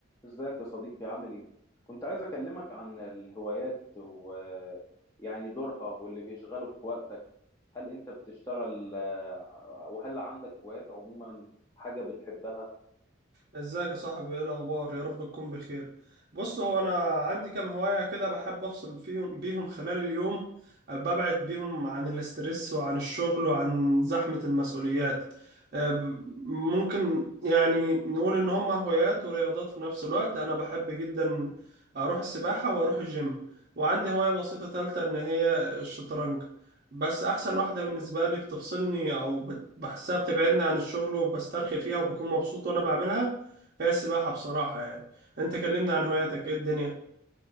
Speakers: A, on the left; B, on the right.
A: ازيك يا صديقي عامل ايه؟ كنت عايز اكلمك عن الهوايات ويعني دورها واللي بيشغله في وقتك هل انت بتشتغل آه، وهل عندك هوايات عموما حاجة بتحبها؟
B: ازيك يا صاحبي ايه الاخبار يا رب تكون بخير بص هو انا عندي كام هواية كده بحب افصل فيهم بيهم خلال اليوم ببعد بيهم عن الاسترس وعن الشغل وعن زحمة المسؤوليات أه، ممكن يعني نقول ان هم هوايات ورياضات في نفس الوقت انا بحب جدا اروح السباحة واروح الجيم وعندي هواية بسيطة تالتة ان هي الشطرنج بس احسن واحده بالنسبه لي بتفصلني او بت- بحسها بتبعدني عن الشغل وبسترخي فيها وبكون مبسوط وانا بعملها هي السباحة بصراحة يعني انت كلمنا عن هواياتك ايه الدنيا